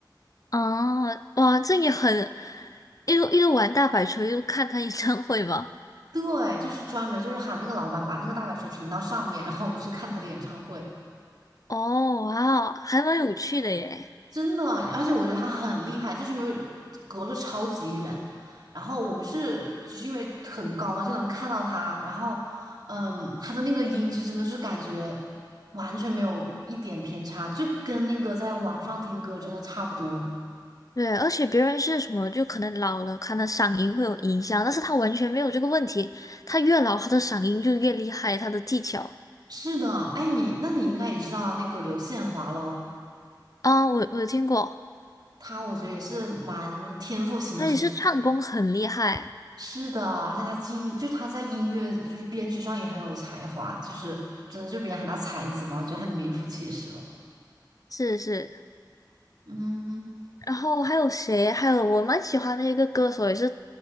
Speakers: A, on the left; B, on the right.
A: 啊，哇，这也很一路一路玩大摆锤，一路看他演唱会嘛。
B: 对，就是专门就是喊那个老板把那个大摆锤停到上面，然后我们去看他的演唱会。
A: 哦，哇，还蛮有趣的耶。
B: 真的，而且我觉得他很厉害，就是因为隔了超级远，然后我们是就是因为很高嘛，就能看到他，然后，嗯，他的那个音质真的是感觉完全没有一点偏差，就跟那个在网上听歌真的差不多。
A: 对，而且别人是什么，就可能老了，可能嗓音会有影响，但是他完全没有这个问题。他越老，他的嗓音就越厉害，他的技巧
B: 是的，哎，你那你应该也知道那个刘宪华喽，
A: 啊，我我有听过，
B: 他我觉得也是蛮天赋型的选
A: 他也是唱功很厉害，
B: 是的，而且他经就他在音乐就是编曲上也很有才华，就是真的就别人喊他才子嘛，我觉得很名副其实了。
A: 是是。
B: 嗯
A: 然后还有谁？还有我蛮喜欢的一个歌手，也是